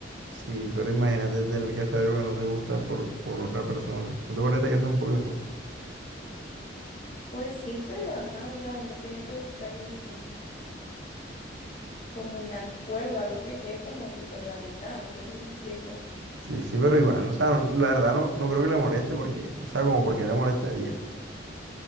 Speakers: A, on the right; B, on the left.
A: Sí, pero imagínate tener que hacer algo que no te gusta por, por otra persona. ¿No te parece que eso es un poco injusto?
B: Pues sí, pero ajá, o sea, uno tiene que buscar un como un acuerdo, algo que quede como tipo en la mitad, no sé si me explico.
A: Sí, sí, pero igual, o sea, no- la verdad no, no creo que le moleste porque, o sea, como porque le molestaría.